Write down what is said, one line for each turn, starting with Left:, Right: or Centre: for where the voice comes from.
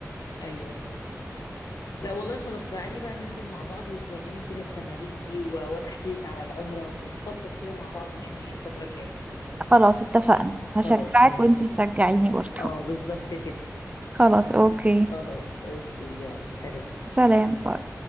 Left: ايوه لا والله خلاص تعالي بقى ننزل مع بعض وتوريني كده التمارين دي و... وانا احكي لك على العمرة ونخطط كده مع بعض هنعمل ايه الفترة الجاية
Right: خلاص اتفقنا هشجعك
Left: خلاص ماشي
Right: وانتي تشجعيني برضو
Left: اه بالظبط كده
Right: خلاص اوكي
Left: خلاص اوكي يلا سلام
Right: سلام